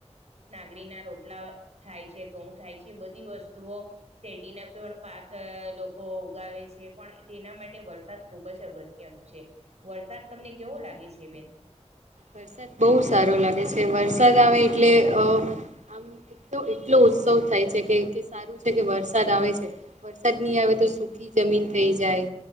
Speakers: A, on the right; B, on the right.
A: આંગળના રોટલા થાય છે ઘઉં થાય છે. એ બધી વસ્તુઓ શેરડીના પાક લોકો ઉગાવે છે. પણ તેના માટે વરસાદ ખુબ જ અગત્યનો છે. વરસાદ તમને કેવો લાગે છે. બેન
B: વરસાદ બહુ સારો લાગે છે. વરસાદ આવે એટલે આમ એક તો એટલો ઉત્સવ થાય છે કે સારું છે કે વરસાદ આવે છે. વરસાદ નહી આવે તો તો સુખી જમીન થઈ જાય.